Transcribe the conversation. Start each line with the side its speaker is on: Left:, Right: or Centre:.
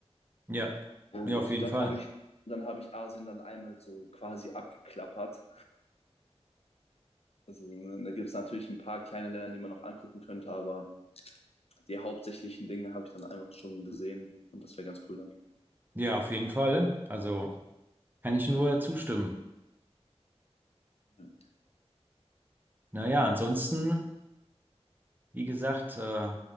Right: ja,
Left: Und
Right: ja, auf jeden
Left: dann
Right: Fall.
Left: habe ich, dann habe ich Asien dann einmal so quasi abgeklappert. Also ne, da gibt es natürlich ein paar kleine Länder, die man noch angucken könnte, aber die hauptsächlichen Dinge habe ich dann einfach schon gesehen und das wäre ganz cool dann.
Right: Ja, auf jeden Fall. Also kann ich nur zustimmen.
Left: Ja.
Right: Naja, ansonsten, wie gesagt, äh,